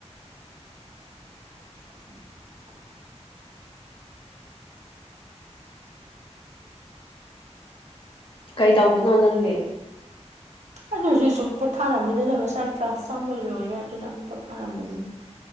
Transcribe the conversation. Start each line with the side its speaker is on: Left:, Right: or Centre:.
Right: <unintelligible>
Left: ꯀꯩ ꯇꯧꯕꯅꯣ ꯅꯪꯗꯤ
Right: ꯑꯗꯨ ꯍꯧꯖꯤꯛ ꯁꯨꯝ ꯄꯣꯊꯥꯔꯝꯕꯅꯤꯗ ꯉꯁꯥꯏ ꯀ꯭ꯂꯥꯁ ꯆꯥꯝꯕꯩ ꯂꯣꯏꯔꯦ ꯑꯗꯨꯅ ꯄꯣꯊꯥꯔꯝꯕꯅꯤꯗ